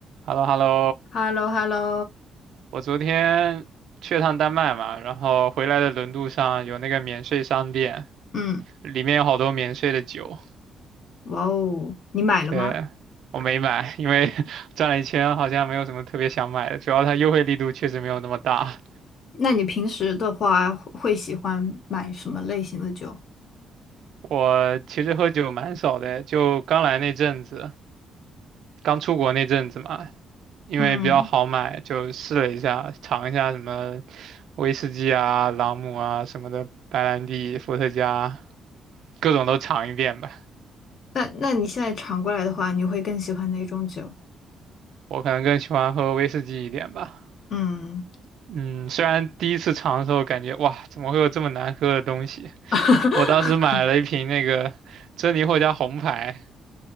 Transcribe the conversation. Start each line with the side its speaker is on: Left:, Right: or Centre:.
Right: h e l l o h e l l o
Left: h e l l o h e l l o
Right: 我昨天去了趟丹麦嘛，然后回来的轮渡上有那个免税商店，
Left: 嗯，
Right: 里面有好多免税的酒。
Left: 哇哦，你买了吗？
Right: 对，我没买，因为 <laughs> 转了一圈好像没有什么特别想买的，主要它优惠力度确实没有那么大。
Left: 那你平时的话会喜欢买什么类型的酒？
Right: 我其实喝酒蛮少的，就刚来那阵子，刚出国那阵子嘛，因为比较好买，
Left: 嗯
Right: 就试了一下，尝一下什么威士忌啊、朗姆啊什么的，白兰地、伏特加，各种都尝一遍吧。
Left: 那那你现在尝过来的话，你会更喜欢哪种酒？
Right: 我可能更喜欢喝威士忌一点吧。
Left: 嗯
Right: 嗯，虽然第一次尝的时候感觉哇，怎么会有这么难喝的东西？
Left: <laughs>
Right: 我当时买了一瓶那个珍妮获加红牌，